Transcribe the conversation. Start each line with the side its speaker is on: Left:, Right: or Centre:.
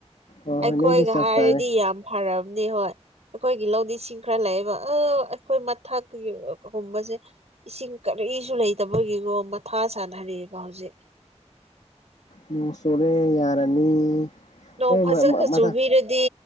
Left: ꯑꯣ
Right: ꯑꯩꯈꯣꯏꯒ
Left: ꯍꯣꯏ ꯅꯣꯏꯒꯤ ꯆꯞ
Right: ꯍꯥꯏꯔꯗꯤ
Left: ꯆꯥꯔꯦ
Right: ꯌꯥꯝ ꯐꯔꯕꯅꯦ ꯍꯣꯏ ꯑꯩꯈꯣꯏꯒꯤ ꯂꯧꯗꯤꯁꯤꯡ ꯈꯔ ꯂꯩꯥꯛꯑꯦꯕ ꯑ ꯑꯩꯈꯣꯏ ꯃꯊꯛꯀꯤꯒꯨꯝꯕꯁꯦ ꯏꯁꯤꯡ ꯀꯔꯤꯁꯨ ꯂꯩꯇꯕꯒꯤꯅꯣ ꯃꯊꯥ ꯁꯥꯟꯅꯔꯑꯦꯕ ꯍꯧꯖꯤꯛ
Left: ꯎꯝ ꯁꯣꯨꯔꯦ ꯌꯥꯔꯅꯤ
Right: ꯅꯣꯡ
Left: ꯅꯣꯏ
Right: ꯐꯖꯅ
Left: ꯃ ꯃ
Right: ꯆꯨꯕꯤꯔꯗꯤ
Left: ꯃꯊꯪ